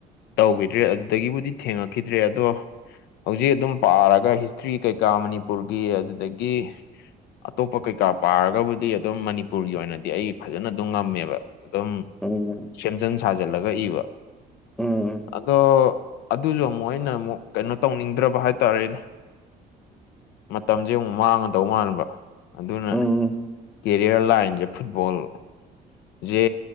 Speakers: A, on the left; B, in the centre.
A: ꯇꯧꯈꯤꯗ꯭ꯔꯦ ꯑꯗꯨꯗꯒꯤꯕꯨꯗꯤ ꯊꯦꯡꯉꯛꯈꯤꯗ꯭ꯔꯦ ꯑꯗꯣ ꯍꯧꯖꯤꯛ ꯑꯗꯨꯝ ꯄꯥꯔꯒ ꯍꯤꯁꯇ꯭ꯔꯤ ꯀꯩꯀꯥ ꯃꯅꯤꯄꯨꯔꯒꯤ ꯑꯗꯨꯗꯒꯤ ꯑꯇꯣꯞꯄ ꯀꯩꯀꯥ ꯄꯥꯔꯒꯕꯨꯗꯤ ꯑꯗꯨꯝ ꯃꯅꯤꯄꯨꯔꯒꯤ ꯑꯣꯏꯅꯗꯤ ꯑꯩ ꯐꯖꯅ ꯑꯗꯨꯝ ꯉꯝꯃꯦꯕ ꯑꯗꯨꯝ
B: ꯎꯝ
A: ꯁꯦꯝꯖꯤꯟ ꯁꯥꯖꯤꯜꯂꯒ ꯏꯕ
B: ꯎꯝ
A: ꯑꯗꯣ ꯑꯗꯨꯁꯨ ꯑꯃꯨꯛ ꯑꯩꯅ ꯑꯃꯨꯛ ꯀꯩꯅꯣ ꯇꯧꯅꯤꯡꯗ꯭ꯔꯕ ꯍꯥꯏꯇꯥꯔꯦꯅꯦ ꯃꯇꯝꯁꯦ ꯑꯃꯨꯛ ꯃꯥꯡꯉꯗꯧ ꯃꯥꯟꯕ ꯑꯗꯨꯅ
B: ꯎꯝ
A: ꯀꯦ ꯀꯦꯔꯤꯌꯔ ꯂꯥꯏꯟꯁꯦ ꯐꯨꯠꯕꯣꯜꯁꯦ